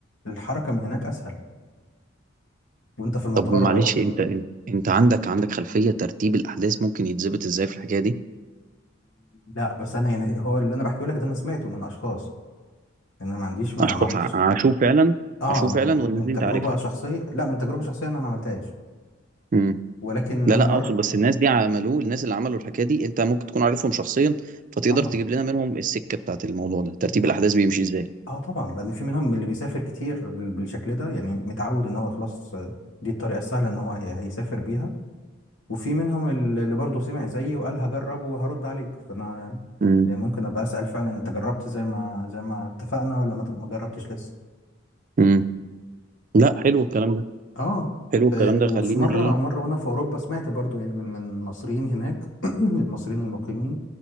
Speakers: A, on the left (about 75°); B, on the right (about 40°).
A: الحركة من هناك أسهل وأنت في المطار
B: طب معلش
A: لو
B: انت انت انت عندك عندك خلفية ترتيب الأحداث ممكن يتظبط ازاي في الحكاية دي؟
A: لا بس أنا يعني هو اللي أنا بحكيه لك ده أنا سمعته من أشخاص يعني أنا ما عنديش ما,
B: أشخاص
A: ما عملتش
B: ع- عاشوا فعلا
A: اه
B: عاشوا
A: من
B: فعلا والناس
A: من
B: دي
A: تجربة
B: انت عارفها
A: شخصية لا من تجربة شخصية أنا ما عملتهاش
B: امم
A: ولكن
B: لا
A: أنا
B: لا
A: مرة
B: اقصد بس الناس دي عملوه الناس اللي عملوا الحكاية دي انت ممكن تكون عارفهم شخصيا فتقدر
A: اه
B: تجيب لنا منهم السكة بتاعت الموضوع ده ترتيب
A: آه.
B: الأحداث بيمشي ازاي؟
A: اه طبعا لان في منهم اللي بيسافر كتير بال- بالشكل ده يعني متعود ان هو خلاص آه، دي الطريقه السهله ان هو هي- هيسافر بيها وفي منهم ال- اللي برضه سمع زيي وقال هجرب وهرد عليك فانا
B: امم
A: يعني ممكن ابقى اسال فعلا انت جربت زي ما زي ما اتفقنا ولا ما ما جربتش لسه
B: امم لا حلو الكلام ده
A: اه
B: حلو الكلام
A: ف-
B: ده
A: وفي
B: خلينا
A: مرة
B: ايه
A: مرة وانا في اوروبا سمعت برضو يعني من من المصريين هناك <clears throat> من المصريين المقيمين